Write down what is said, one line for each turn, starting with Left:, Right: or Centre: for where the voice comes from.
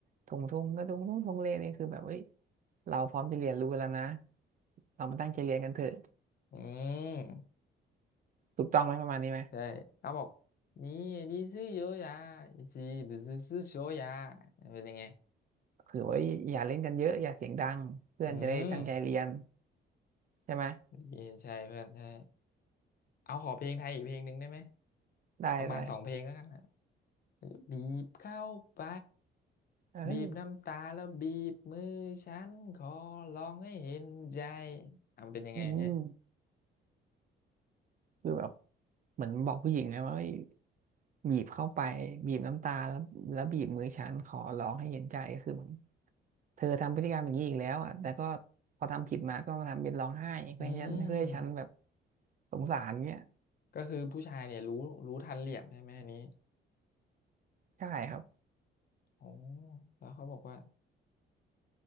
Right: ทงทุงกระทุงทงทงเลนี่คือแบบเฮ้ยเราพร้อมจะเรียนรู้กันแล้วนะเรามาตั้งใจเรียนกันเถอะ
Left: อืม
Right: ถูกต้องไหมประมาณนี้ไหม
Left: ใช่เขาบอกนี่ดีซื้อโยยาจีบซื้อซื้อโชยาเป็นยังไง
Right: คือว่าอย่าเล่นกันเยอะอย่าเสียงดังเพื่อนจะได้ตั้งใจเรียน
Left: อืม
Right: ใช่ไหม
Left: ดีใช่เพื่อนใช่เอาขอเพลงไทยอีกเพลงหนึ่งได้ไหม
Right: ได้ได้
Left: ประมาณสองเพลงแล้วกันนะบีบเข้าไป
Right: เออ
Left: บีบน้ำตาแล้วบีบมือฉันขอร้องให้เห็นใจอ่ะมันเป็นยังไงเนี่ย
Right: อืม คือแบบเหมือนบอกผู้หญิงไงว่าเอ้ยบีบเข้าไปบีบน้ำตาแล้วแล้วบีบมือฉันขอร้องให้เห็นใจก็คือเหมือนเธอทำพฤติกรรมอย่างนี้อีกแล้วอ่ะแต่ก็พอทำผิดมาก็มาทำเป็นร้องไห้เพื่อให้ฉันเพื่อให้ฉันแบบ
Left: อืม
Right: สงสารเนี้ย
Left: ก็คือผู้ชายเนี่ยรู้รู้ทันเหลี่ยมใช่ไหมอันนี้
Right: ใช่ครับ
Left: โอ้แล้วเขาบอกว่า